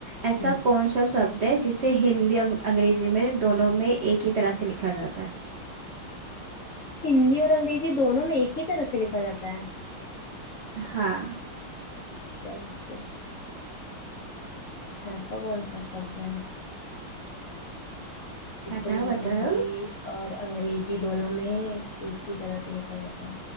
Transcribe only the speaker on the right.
ऐसा
कौन सा शब्द है जिसे हिंदी अंग- अंग्रेजी में दोनों में एक ही तरह से लिखा जाता है
हाँ
बताओ
बताओ